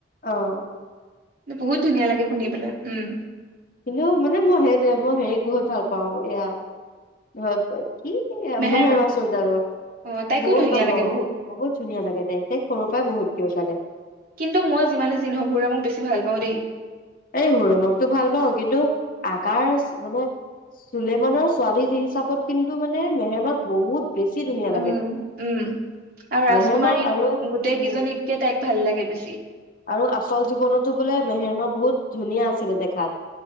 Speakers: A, on the left; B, on the right.
A: অঁ।
B: বহুত ধুনীয়া লাগে শুনিবলে। উম
A: এনেও মানে মই সেইটোৱে মই হেৰিক বহুত ভাল পাওঁ। এয়া <unintelligible> অ' কি
B: মেহেৰবা
A: মেহেমাৱা চুলটানক
B: অ তাইকো
A: বহুত
B: ধুনীয়া
A: ভাল
B: লাগে
A: পাওঁ। বহুত ধুনীয়া লাগে। দেখ দেখ সৰুৰ পাই বহুত কিউত লাগে।
B: কিন্তু মই যিমানে যি নহওঁক, সৌৰামৰ বেছি ভাল পাওঁ দেই।
A: এই সৌৰামকটো ভাল পাওঁ, কিন্তু আকাৰচ মানে চুলেমানৰ ছোৱালী যি হিচাপত কিন্তু মানে মেহেমাক বহুত বেছি ধুনীয়া
B: উম
A: লাগে
B: উম। আৰু ৰাজকুমাৰীক
A: মেহেৰমা আৰু
B: গোটেইকেইজনীতকে
A: উম
B: তাইক ভাল লাগে বেছি।
A: আৰু আচল জীৱনতো বোলে মেহেৰেমা বহুত ধুনীয়া আছিলে দেখাত।